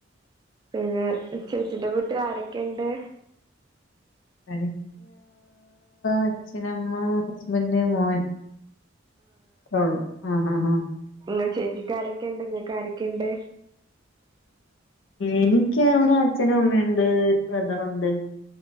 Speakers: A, on the right (about 20°); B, on the left (about 70°).
A: പിന്നെ ചേച്ചിന്റെ വീട്ടി ആരൊക്കെണ്ട്?
B: <inaudible> അച്ഛനമ്മ ഹസ്ബന്ഡ് മോൻ. ഓഹ് ആഹ് ആഹ് ആഹ്.
A: നിങ്ങ ചേച്ചിക്കാരൊക്കെണ്ട് ഇങ്ങക്ക് ആരൊക്കെയുണ്ട്
B: എനിക്ക് അവ്ടെ അച്ഛനും അമ്മയുണ്ട് ബ്രദറുണ്ട്.